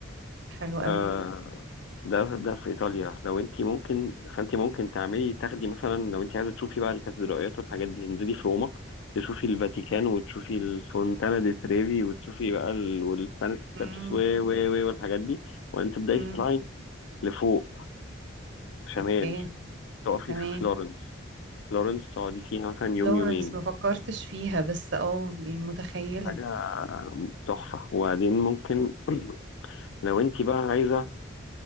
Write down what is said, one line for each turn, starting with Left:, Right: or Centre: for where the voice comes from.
Right: حلو
Left: آه،
Right: قوي
Left: ده ده في ايطاليا لو انت ممكن فانت ممكن تعملي تاخدي مثلا لو انت عايزه تشوفي بقى الكاتدرائيات والحاجات دي تنزلي في روما تشوفي الفاتيكان وتشوفي الفونتانا دي تريفي وتشوفي بقى ال... والسبانيش ستابس
Right: امم
Left: و و و والحاجات دي وانت تبداي
Right: امم
Left: تطلعي لفوق شمال
Right: اوكي
Left: تقفي
Right: تمام
Left: في فلورنس فلورنس تقعدي فيها مثلا يوم
Right: لورنس
Left: يومين
Right: ما فكرتش فيها بس اه يعني متخيلة
Left: حاجه تحفه وبعدين ممكن <clears throat> لو انت بقى عايزه